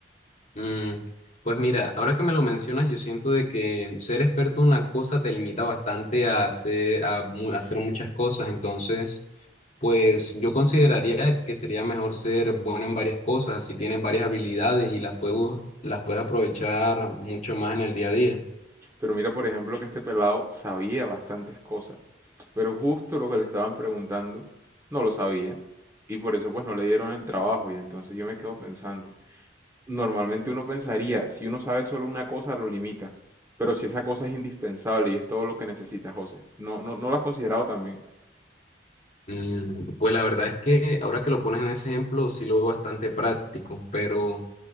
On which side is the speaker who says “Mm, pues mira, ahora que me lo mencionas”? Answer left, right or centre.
Left